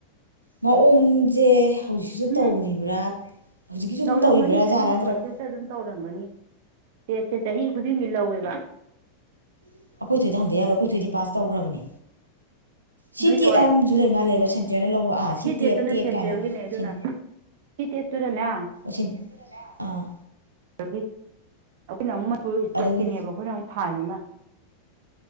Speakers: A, on the right; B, on the right.
A: ꯃꯑꯣꯡꯖꯦ ꯍꯧꯖꯤꯛꯁꯨ ꯇꯧꯔꯤꯕ꯭ꯔꯥ
B: ꯎꯝ
A: ꯍꯧꯖꯤꯛꯀꯤꯁꯨ ꯑꯗꯨꯝ
B: ꯇꯧꯔꯝꯒꯅꯤ
A: ꯇꯧꯔꯤꯕ꯭ꯔꯥ ꯖꯥꯠꯔꯥ
B: ꯑꯗꯨꯒꯤ
A: ꯅꯠꯇ꯭ꯔꯒ
B: ꯄ꯭ꯔꯣꯁꯦꯁꯇ ꯑꯗꯨꯝ ꯇꯧꯔꯝꯒꯅꯤ ꯐ <unintelligible> ꯁꯦ ꯆꯍꯤ ꯈꯨꯗꯤꯡꯒꯤ ꯂꯧꯋꯦꯕ
A: ꯑꯩꯈꯣꯏ ꯊꯣꯏꯗ ꯍꯪꯗ ꯌꯥꯔꯣꯏ ꯑꯩꯈꯣꯏ ꯊꯣꯏꯗꯤ ꯄꯥꯁ ꯇꯧꯈ꯭ꯔꯕꯅꯤ ꯁꯤ
B: ꯅꯣꯏ
A: ꯇꯦꯠ
B: ꯊꯣꯏ
A: ꯍꯥꯝꯁꯨ ꯂꯩ ꯃꯥꯜꯂꯦꯕ ꯁꯦꯟꯇ꯭ꯔꯦꯜꯅ ꯂꯧꯕ ꯑꯥ
B: ꯑꯁꯤ
A: ꯁꯤ ꯇꯦꯠ
B: ꯇꯦꯠꯇꯨꯅ
A: ꯇꯦꯠ
B: ꯁꯦꯟꯇ꯭ꯔꯦꯜꯒꯤꯅꯦ
A: ꯀꯥꯏꯅ
B: ꯑꯗꯨꯅ
A: ꯁꯤꯟ
B: ꯁꯤ ꯇꯦꯠꯇꯨꯅꯅꯦ
A: ꯁꯤꯟ ꯑꯥ
B: ꯗꯒꯤ ꯑꯩꯈꯣꯏꯅ ꯃꯨꯛ ꯃꯠ
A: ꯑꯗꯒꯤ
B: ꯆꯠꯀꯅꯦꯕ ꯑꯩꯈꯣꯏꯅ ꯑꯃꯨꯛ ꯊꯥꯁꯤꯅ <inaudible>